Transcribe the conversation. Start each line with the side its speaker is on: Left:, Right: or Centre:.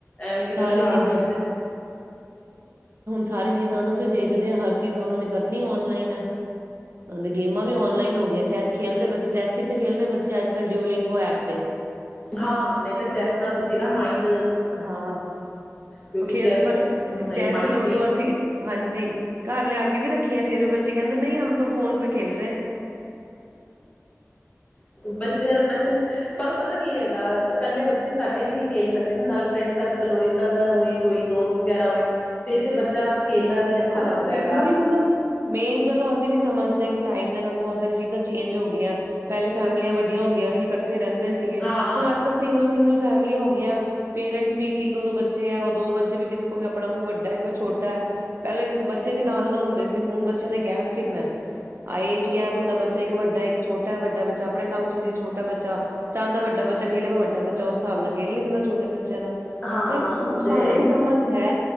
Left: ਐਵੇਂ ਦੀ
Right: ਸਾਰੀ
Left: ਗੱਲਾਂ
Right: ਚੀਜ਼ਾਂ
Left: ਆ ਗਈਆਂ ਤੇ
Right: ਸਾਰੇ ਚੀਜ਼ਾਂ ਨੂੰ ਤੇ ਦੇਖਦੇ ਆ, ਹਰ ਚੀਜ਼ ਉਹਨਾਂ ਨੇ ਕਰਨੀ ਔਨਲਾਈਨ ਏ। ਹੁਣ ਤੇ ਗੇਮਾਂ ਵੀ ਔਨਲਾਈਨ ਹੋ ਗਈਆਂ, ਚੈਸ ਖੇਡਦੇ ਬੱਚੇ ਚੈਸ ਕਿੱਥੇ ਖੇਲਦੇ ਬੱਚੇ, ਅੱਜ ਕੱਲ ਡਿਊਲਿੰਗ ਉਹ ਐਪ ਤੇ
Left: ਹਾਂ, ਨਹੀਂ ਤਾਂ ਚੈਸ ਨਾਲ ਬਥੇਰਾ ਮਾਈੰਡ
Right: ਹਾਂ,
Left: ਕਿਉਂਕਿ
Right: ਉਹ ਖੇਲਦੇ
Left: ਚੈਸ
Right: ਪਰ
Left: ਮਾਇੰਡ
Right: ਚੈਸ, ਲੂਡੋ,
Left: ਗੇਮ
Right: ਅਸੀਂ ਹਾਂਜੀ, ਘਰ ਲਿਆ ਕੇ ਵੀ ਰੱਖੀ ਫੇਰ ਵੀ ਬੱਚੇ ਕਹਿੰਦੇ, ਨਹੀਂ ਹਮ ਤੋ ਫੋਨ ਪੇ ਖੇਲ ਰਹੇ।
Left: ਬੱਚਿਆ ਤਾਂ ਪਰ ਪਤਾ ਕੀ ਹੈਗਾ, ਇਕੱਲੇ ਬੱਚੇ ਸਾਡੇ ਵੀ ਨਹੀਂ ਖੇਲ ਸਕਦੇ ਨਾ, ਨਾਲੇ ਫਰੈਂਡ ਸਰਕਲ ਹੋਏ, ਕਜ਼ਨ ਹੋਏ, ਕੋਈ ਦੋਸਤ ਵਗੈਰਾ ਹੋਏ। ਤੇ ਤੇ ਬੱਚਾ ਖੇਲਦਾ ਵੀ ਅੱਛਾ
Right: ਹਾਂ,
Left: ਲੱਗਦਾ ਹੈਗਾ
Right: ਉਹੀ ਮਤਲਬ ਮੇਨ ਚਲੋ ਅਸੀਂ ਵੀ ਸਮਝਦੇ ਹਾਂ ਕਿ ਟਾਈਮ ਦੇ ਨਾਲ ਬਹੁਤ ਸਾਰੀ ਚੀਜ਼ਾਂ ਚੇਂਜ ਹੋ ਗਈਆਂ, ਪਹਿਲੇ ਫੈਮਿਲੀਆਂ ਵੱਡੀਆਂ ਹੁੰਦੀਆਂ ਸੀ ਇਕੱਠੇ ਰਹਿੰਦੇ ਸੀਗੇ,
Left: ਹਾਂ
Right: ਹੁਣ ਅੱਜ ਕੱਲ੍ਹ ਸਿੰਗਲ ਸਿੰਗਲ ਫੈਮਲੀਆਂ ਹੋ ਗਈਆਂ, ਪੇਰੈਂਟਸ ਵੀ ਇੱਕ ਇੱਕ ਦੋ ਦੋ ਬੱਚੇ ਆ, ਦੋ ਬੱਚੇ ਵੀ ਕਿਸੇ ਕੋਲ ਆਪਣਾ ਕੋਈ ਵੱਡਾ ਐ, ਕੋਈ ਛੋਟਾ ਐ, ਪਹਿਲੇ ਬੱਚੇ ਵੀ ਨਾਲ ਨਾਲ ਹੁੰਦੇ ਸੀ, ਹੁਣ ਬੱਚਿਆਂ ਦਾ ਗੈਪ ਕਿੰਨਾ, ਏਜ ਗੈਪ ਹੁੰਦਾ ਬੱਚਾ ਇੱਕ ਵੱਡਾ ਹੈ, ਇੱਕ ਛੋਟਾ ਹੈ, ਵੱਡਾ ਬੱਚਾ ਆਪਣੇ ਕੰਮ ਚ ਬਿਜੀ, ਛੋਟਾ ਬੱਚਾ ਚਾਹੁੰਦਾ ਵਡਾ ਬੱਚਾ ਖੇਲੇ, ਵੱਡਾ ਬੱਚਾ ਉਸ ਹਿਸਾਬ ਨਾਲ ਖੇਲ ਨੀ ਸਕਦਾ ਛੋਟਾ ਬੱਚਾ ਬੱਚਿਆਂ ਨਾਲ
Left: ਹਾਂ
Right: ਤੇ
Left: ਉਹ ਤੇ
Right: ਸਾਨੂੰ
Left: ਹੈ ਹੀ
Right: ਵੀ ਸਮਝ ਹੈ।